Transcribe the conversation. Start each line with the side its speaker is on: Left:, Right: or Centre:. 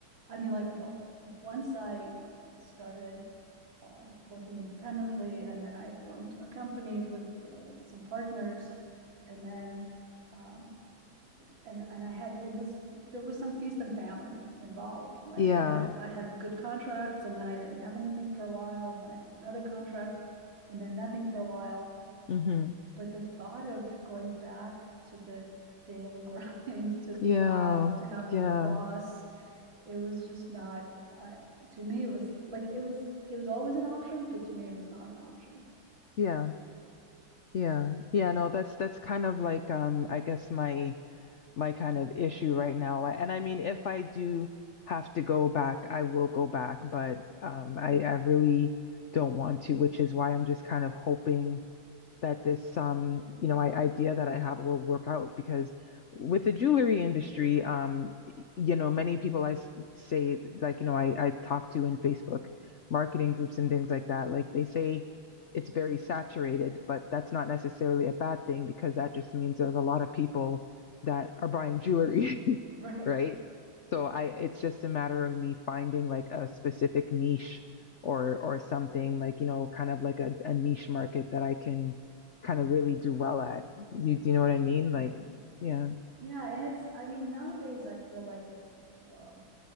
Right: I mean like w- once I started um working independently and then I formed a company with uh, some partners and then um and and I had it was there was some feast and famine involved. Like
Left: Yeah.
Right: I had I had good contracts and then I didn't have anything for a while and then I had another contract and then nothing for a while.
Left: hmm
Right: But the thought of going back to the daily <laughs> grind, to the
Left: Yeah.
Right: job, to having
Left: Yeah.
Right: a boss, it was just not uh, to me. It was like it was it was always an option, but to me it was not an option.
Left: Yeah. Yeah. Yeah, no, that's that's kind of like um I guess my my kind of issue right now. And I mean, if I do have to go back, I will go back, but um, I, I really don't want to, which is why I'm just kind of hoping that this um you know I, idea that I have will work out because with the jewelry industry um you know many people I say like you know I I talk to in Facebook marketing groups and things like that like they say it's very saturated but that's not necessarily a bad thing because that just means there's a lot of people that are buying jewelry <laughs>
Right: Right?
Left: right so I it's just a matter of me finding like a specific niche or or something like you know kind of like a, a niche market that I can kind of really do well at. You do you know what I mean?
Right: Yeah,
Left: Like, yeah.
Right: yeah. And it's I mean nowadays I feel like it's. Um,